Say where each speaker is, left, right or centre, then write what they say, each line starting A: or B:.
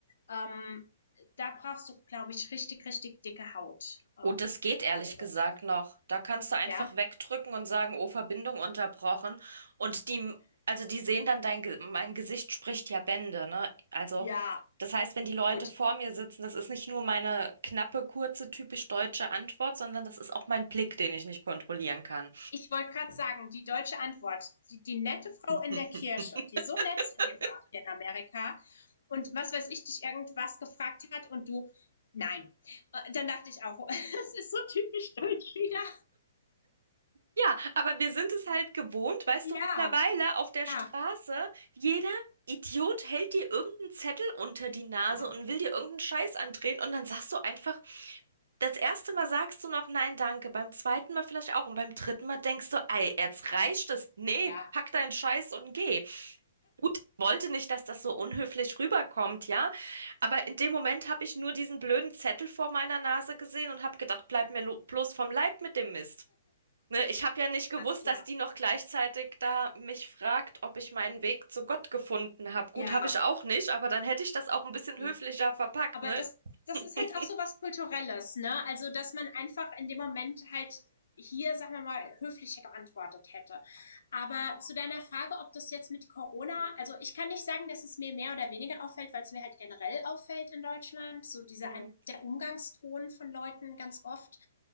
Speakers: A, on the left; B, on the right.
A: Ähm, da brauchst du, glaube ich, richtig, richtig dicke Haut. Ähm,
B: Oh, das geht ehrlich
A: gerade in
B: gesagt
A: Deutschland.
B: noch. Da kannst du einfach
A: Ja?
B: wegdrücken und sagen, oh, Verbindung unterbrochen. Und die, also die sehen dann dein, Ge- mein Gesicht spricht ja Bände, ne? Also,
A: Ja,
B: das heißt, wenn die Leute
A: Gut.
B: vor mir sitzen, das ist nicht nur meine knappe, kurze, typisch deutsche Antwort, sondern das ist auch mein Blick, den ich nicht kontrollieren kann.
A: Ich wollte gerade sagen, die deutsche Antwort, die, die nette Frau
B: <laughs>
A: in der Kirche, die so nett zu dir war hier in Amerika und was weiß ich, dich irgendwas gefragt hat und du, nein. Äh, Dann dachte ich auch, <laughs> es ist so typisch deutsch wieder.
B: Ja, aber wir sind es halt gewohnt, weißt
A: Ja,
B: du, mittlerweile auf der Straße,
A: ja,
B: jeder Idiot hält dir irgendeinen Zettel unter die Nase
A: ja,
B: und will dir irgendeinen Scheiß andrehen und dann sagst du einfach, das erste Mal sagst du noch nein, danke, beim zweiten Mal vielleicht auch und beim dritten Mal denkst du, ei, jetzt reicht es. Nee,
A: ja,
B: pack deinen Scheiß und geh. Gut, ich wollte nicht, dass das so unhöflich rüberkommt, ja, aber in dem Moment habe ich nur diesen blöden Zettel vor meiner Nase gesehen und habe gedacht, bleib mir lo- bloß vom Leib mit dem Mist. Ne, ich habe ja nicht gewusst,
A: klar,
B: dass die noch gleichzeitig da mich fragt, ob ich meinen Weg zu Gott gefunden habe. Gut,
A: ja,
B: habe ich auch nicht, aber dann hätte ich das auch ein bisschen
A: ja.
B: höflicher verpackt,
A: Aber
B: ne?
A: das das
B: <laughs>
A: ist halt auch so was Kulturelles, ne? Also, dass man einfach in dem Moment halt hier, sagen wir mal, höflicher geantwortet hätte. Aber zu deiner Frage, ob das jetzt mit Corona, also ich kann nicht sagen, dass es mir mehr oder weniger auffällt, weil es mir halt generell auffällt in Deutschland, so dieser
B: Hm.
A: der Umgangston von Leuten ganz oft.